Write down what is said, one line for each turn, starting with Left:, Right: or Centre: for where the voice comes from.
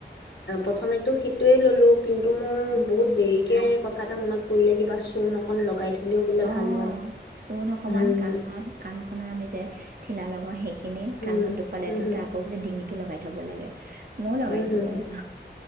Left: প্ৰথমেতো সেইটোৱে ল'লো। কিন্তু মোৰ
Right: উম।
Left: বহুত দেৰিকে
Right: ভাল
Left: কথা এটা মনত পৰিলে। কিবা চূণ অকন লগাই থলেও বোলে
Right: অ',
Left: ভাল হয়
Right: চূণ অকমান
Left: উম
Right: কাণত কাণ খনৰ আমি যে ঠিলা লগা অ, সেইখ খিনিত
Left: উম
Right: কাণত দুফালে
Left: হম
Right: দুটা,
Left: হম
Right: আকৌ বোলে ডিঙিত টো লগাই থ'ব লাগে। মইয়ো লগাইছো
Left: উম হম
Right: বাৰু,
Left: হম